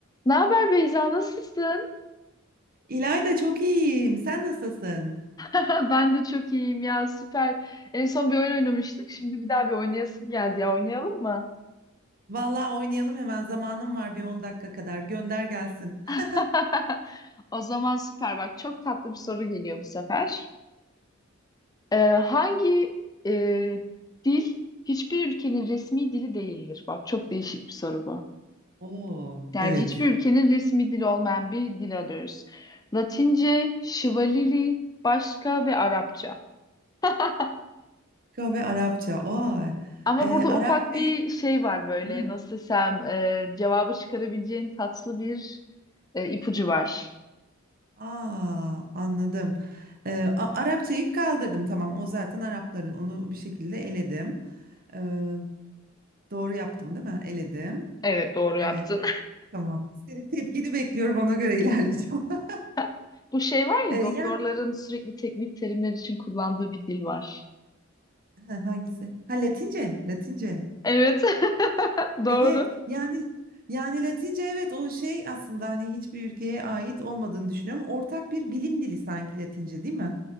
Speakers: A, on the left; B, on the right.
A: Ne haber Beyza, nasılsın?
B: İlayda çok iyiyim. Sen nasılsın?
A: <laughs> Ben de çok iyiyim ya, süper. En son bir oyun oynamıştık, şimdi bir daha bir oynayasım geldi ya, oynayalım mı?
B: Vallahi oynayalım hemen. Zamanım var bir 10 dakika kadar. Gönder gelsin.
A: <laughs>
B: <laughs>
A: O zaman süper bak, çok tatlı bir soru geliyor bu sefer. Ee, hangi e, dil hiçbir ülkenin resmi dili değildir? Bak çok değişik bir soru bu.
B: Oo,
A: Yani
B: evet.
A: hiçbir ülkenin resmi dili olmayan bir dil arıyoruz. Latince, Şivalili, başka ve Arapça. <laughs>
B: Kahve Arapça. Oo.
A: Ama
B: Ee,
A: burada
B: Arapçayı
A: ufak bir şey var böyle
B: Hı.
A: nasıl desem e, cevabı çıkarabileceğin tatlı bir e, ipucu var.
B: Aa, anladım. Ee, A- Arapçayı kaldırdım tamam. O zaten Arapların. Onu bir şekilde eledim. Ee, doğru yaptım değil mi? Eledim.
A: Evet doğru
B: Evet.
A: yaptın.
B: Tamam. Senin tepkini bekliyorum ona göre ilerleyeceğim. <laughs>
A: <laughs> Bu şey var ya
B: Ee,
A: doktorların
B: yani
A: sürekli teknik terimler için kullandığı bir dil var.
B: Ha, hangisi? Ha Latince, Latince.
A: Evet <laughs> doğru.
B: Evet yani yani Latince evet o şey aslında hani hiçbir ülkeye ait olmadığını düşünüyorum. Ortak bir bilim dili sanki Latince değil mi?